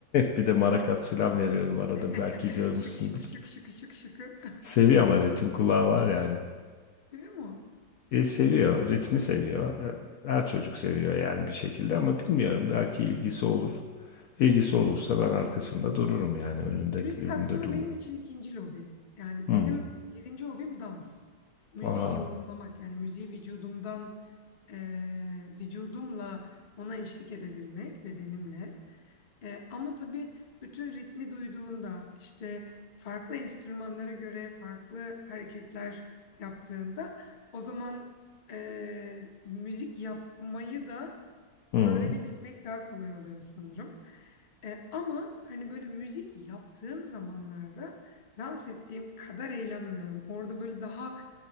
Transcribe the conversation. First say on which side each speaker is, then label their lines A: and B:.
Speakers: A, on the left; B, on the left.
A: <laughs> Bir de marakas filan veriyorum arada
B: <laughs>
A: belki görmüşsündür.
B: Şık şıkı şık şıkı şık şıkı.
A: Seviyor ama ritim kulağı var yani.
B: <laughs> Seviyor mu?
A: E, seviyor, ritmi seviyor. E, Her çocuk seviyor yani bir şekilde ama bilmiyorum belki ilgisi olur. İlgisi olursa ben arkasında dururum yani önünde
B: Müzik
A: önünde
B: aslında
A: durmam.
B: benim için ikinci lobi. Yani
A: Hmm.
B: benim birinci hobim dans. Müziği
A: Aha.
B: yorumlamak. Yani müziği vücudumdan, eee, vücudumla ona eşlik edebilmek, bedenimle. Eee, ama tabii bütün ritmi duyduğunda, işte farklı enstrümanlara göre farklı hareketler yaptığında, o zaman eee, müzik yapmayı da
A: Hmm.
B: öğrenebilmek daha kolay oluyor sanırım. E, ama hani böyle müzik yaptığım zamanlarda dans ettiğim kadar eğlenmiyorum. Orada böyle daha